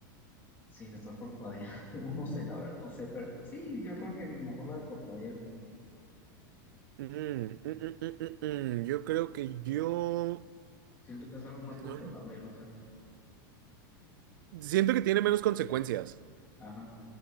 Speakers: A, on the left; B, on the right.
A: sin estar parpadeando. <laughs> No no sé, la verdad, no sé, pero sí, yo creo que mejor la de parpadear.
B: Mm, mm, mm, mm, mm, mm. Yo creo que yo...
A: Siento que es algo más controlable,
B: No, no.
A: no sé.
B: Siento que tiene menos consecuencias.
A: Ajá.